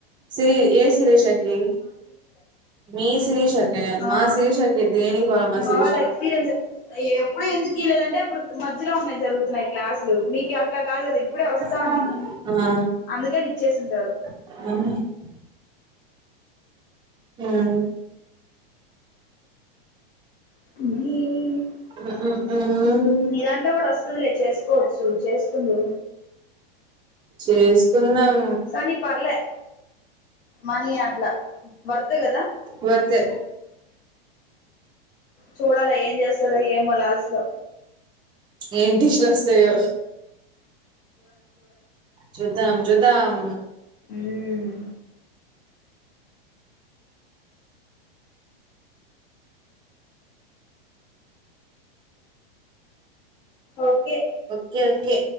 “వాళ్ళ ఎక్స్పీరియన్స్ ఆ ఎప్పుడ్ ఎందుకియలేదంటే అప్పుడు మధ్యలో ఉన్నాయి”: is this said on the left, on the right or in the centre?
Left